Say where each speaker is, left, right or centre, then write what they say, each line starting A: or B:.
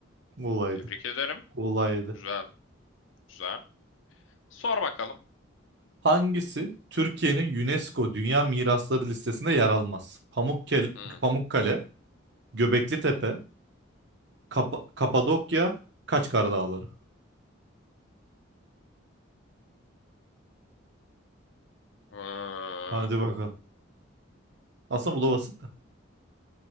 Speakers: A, on the right; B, on the left.
A: Kolaydı.
B: Tebrik ederim.
A: Kolaydı.
B: Güzel, güzel. Sor bakalım.
A: Hangisi Türkiye'nin UNESCO Dünya Mirasları listesinde yer almaz? Pamukkale,
B: Hı.
A: Pamukkale, Göbeklitepe, Kapa- Kapadokya, Kaçkar Dağları.
B: Ee,
A: Hadi bakalım. Aslında bu da basit de.